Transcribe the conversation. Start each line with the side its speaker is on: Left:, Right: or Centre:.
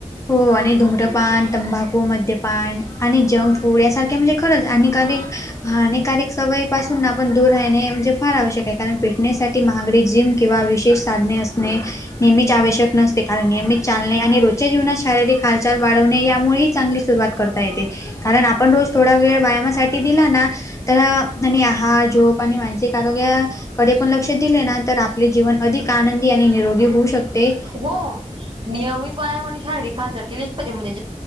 Left: हो आणि धुम्रपान, तंबाखू, मद्यपान, आणि जंक फूड यासारख्या म्हणजे खरंच हानिकारक हानिकारक सवयीपासून आपण दूर राहणे. म्हणजे फार आवश्यक आहे. कारण फिटनेससाठी महागडी जिम- किंवा विशेष साधने असणे नेहमीच आवश्यक नसते. कारण नेहमीच चांगले आणि रोज- च्या जीवनात शारीरिक हालचाल वाढवणे यामुळेही चांगली सुरुवात करता येते कारण आपण थोडा वेळ व्यायामासाठी दिला ना. तर त्यांनी आहार, झोप, आणि मानसिक आरोग्य. कडे पण लक्ष दिले ना तर आपले जीवन अधिक आनंदी आणि निरोगी होऊ शकते.
Right: तुला? नियमित व्यायाम आणि शारीरिक हालचाल केलीच पाहिजे म्हणे,